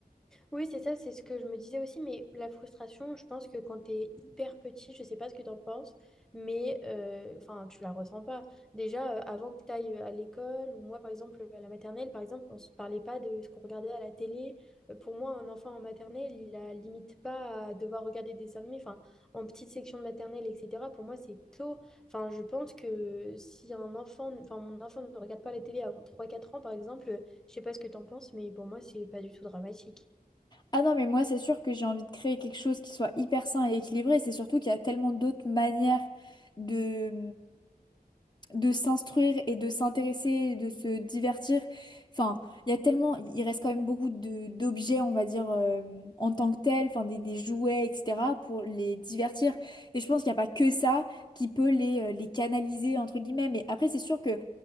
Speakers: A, in the centre; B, on the left (about 25°).
A: Oui, c'est ça, c'est ce que je me disais aussi, mais la frustration, je pense que quand tu es hyper petit, je sais pas ce que tu en penses, mais euh, enfin, tu la ressens pas. Déjà, euh, avant que tu ailles euh, à l'école, ou moi, par exemple, à la maternelle, par exemple, on se parlait pas de ce qu'on regardait à la télé. Euh, Pour moi, un enfant en maternelle, il a limite pas à devoir regarder des dessins animés, enfin, en petite section de maternelle, etc. Pour moi, c'est tôt. Enfin, je pense que si un enfant, enfin, mon enfant ne regarde pas la télé avant trois quatre ans, par exemple, je sais pas ce que tu en penses, mais pour moi, c'est pas du tout dramatique.
B: Ah non, mais moi, c'est sûr que j'ai envie de créer quelque chose qui soit hyper sain et équilibré. C'est surtout qu'il y a tellement d'autres manières de, de s'instruire et de s'intéresser, de se divertir. Enfin, il y a tellement, il reste quand même beaucoup de d'objets, on va dire, euh, en tant que tels, enfin des, des jouets, etc., pour les divertir. Et je pense qu'il n'y a pas que ça qui peut les, euh, les canaliser, entre guillemets. Mais après, c'est sûr que